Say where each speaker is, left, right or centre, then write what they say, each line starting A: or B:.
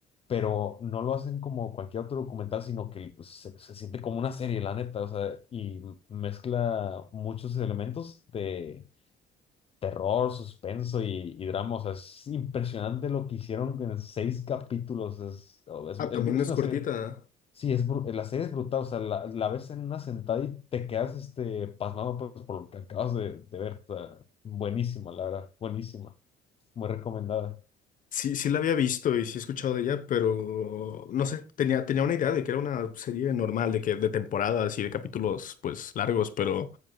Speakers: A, on the left; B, on the left.
A: pero no lo hacen como cualquier otro documental, sino que se, se siente como una serie, la neta, o sea, y mezcla muchos elementos de... Terror, suspenso y, y drama, o sea, es impresionante lo que hicieron en seis capítulos, es, es
B: Ah,
A: es-
B: también
A: es
B: es
A: una
B: cortita.
A: serie. Sí, es bru- la serie es brutal, o sea, la, la ves en una sentada y te quedas este, pasmado pues, por lo que acabas de, de ver. O sea, buenísima, la verdad, buenísima, muy recomendada.
B: Sí, sí la había visto y sí he escuchado de ella, pero no sé, tenía, tenía una idea de que era una serie normal, de que de temporadas y de capítulos pues largos, pero